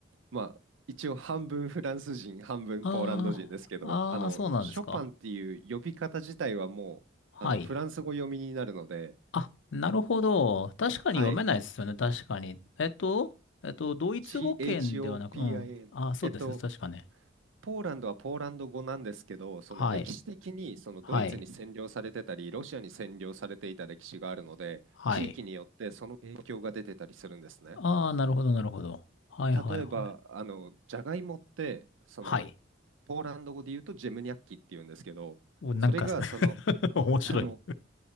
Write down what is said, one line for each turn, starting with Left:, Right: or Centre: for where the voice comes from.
Right: まあ、一応半分フランス人、半分ポーランド人ですけど、
Left: ああ、
Right: あの、
Left: ああ、そうなんですか。
Right: ショパンっていう呼び方自体はもう、
Left: はい。
Right: あの、フランス語読みになるので、
Left: あ、なるほど。確かに読めないですよね。
Right: はい。
Left: 確かに。えっと、えっと、ドイツ語圏ではなく、
Right: CHOPIN。
Left: うん。あ、そうですね。
Right: えっと、
Left: 確かね。
Right: ポーランドはポーランド語なんですけど、その歴史的にそのドイツに占領されてたり、
Left: はい。はい。
Right: ロシアに占領されていた歴史があるので、
Left: はい。
Right: 地域によってその影響が出てたりするんですね。
Left: ああ、なるほど、なるほど。はい、
Right: 例えば、
Left: はい、はい。
Right: あの、じゃがいもって、その、
Left: はい。
Right: ポーランド語で言うとジェムニャッキって言うんですけど、
Left: おなんか、
Right: それがその、
Left: <laughs> 面白い。
Right: あの、